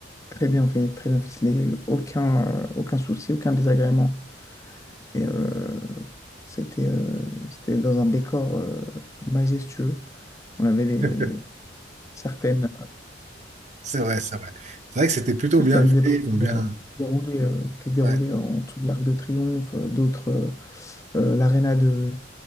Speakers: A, on the left (about 15°); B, on the right (about 40°).
A: très bien fait, très bien ficelé, aucun, euh, aucun souci, aucun désagrément. Et euh, c'était euh, c'était dans un décor euh, majestueux. On avait les,
B: <laughs>
A: certaines,
B: C'est vrai, c'est vrai. C'est vrai que c'était plutôt
A: certaines
B: bien fait.
A: épreuves
B: Ils ont bien.
A: euh, déroulées, euh, qui se déroulaient
B: ouais.
A: en dessous de l'Arc de Triomphe, euh, d'autres, euh, euh, l'aréna de,